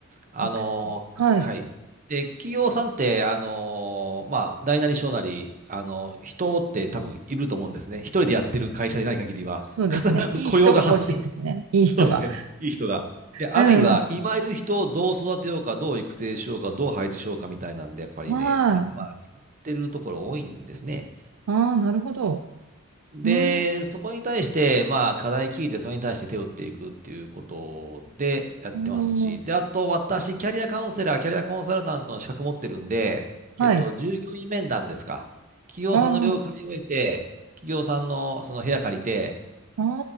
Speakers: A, on the right; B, on the right.
A: あの、
B: 育成はい。
A: はい。で、企業さんって、あの、まあ、大なり小なり、あの、人って多分いると思うんですね。一人でやってる会社でない限りは、
B: そうですね。
A: 必ず雇用が発生して、
B: いい人が欲しいですね。
A: <laughs>
B: いい人が。
A: そうですね。いい人が。で、あるいは、
B: うんうん。
A: 今いる人をどう育てようか、どう育成しようか、どう配置しようかみたいなんで、やっぱりね、
B: はい。
A: 頭使ってるところ多いんですね。
B: ああ、なるほど。
A: で、
B: うーん。
A: そこに対して、まあ、課題聞いて、それに対して手を打っていくっていうことでやってますし、
B: ああ
A: で、あと、私、キャリアカウンセラー、キャリアコンサルタントの資格持ってるんで、
B: はい。
A: えっと、従業員面談ですか。企業さんの了解を得て、
B: ああ、
A: 企業さんのその部屋借りて、
B: あ